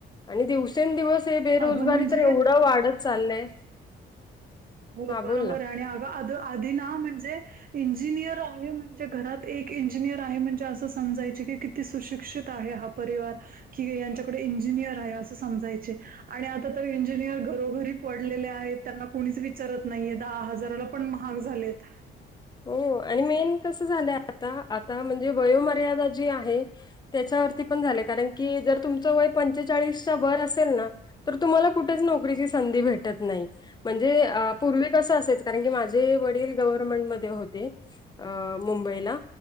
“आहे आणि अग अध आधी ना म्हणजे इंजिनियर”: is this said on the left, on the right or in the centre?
Right